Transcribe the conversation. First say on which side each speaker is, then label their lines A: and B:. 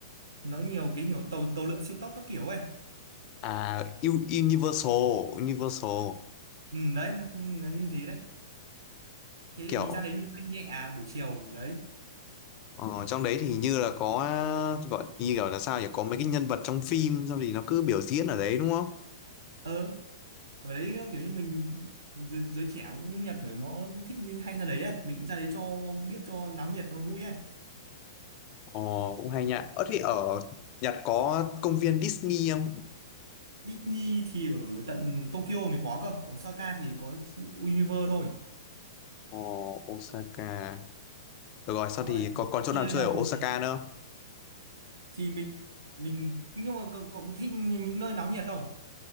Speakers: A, on the right; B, on the left.
A: nó nhiều cái nhiều tàu tàu lượn siêu tốc các kiểu ấy
B: à U- Universal Universal
A: ừ, đấy nó, nó như thế đấy thế
B: kiểu
A: thì mình ra đấy mình chơi nhẹ à, buổi chiều ở đấy
B: Ờ, trong đấy thì như là có gọi như kiểu là sao nhỉ có mấy cái nhân vật trong phim xong thì nó cứ biểu diễn ở đấy đúng không?
A: ờ ở đấy ờ, kiểu như mình giới, giới trẻ cũng Nhật ở nó thích như hay ra đấy ấy mình cứ ra đấy cho biết cho náo nhiệt nó vui ấy
B: Ờ cũng hay nhá. Ở thì ở Nhật có công viên Disney không?
A: Disney thì ở tận Tokyo mới có cơ ở Osaka thì có Universe thôi
B: Ờ Osaka. Được rồi sao
A: nó
B: thì
A: lại
B: còn còn chỗ
A: chia
B: nào chơi
A: nhau
B: ở
A: như
B: Osaka
A: thế
B: nữa? không?
A: thì mình mình nhưng mà cậu, cậu thích những nơi náo nhiệt không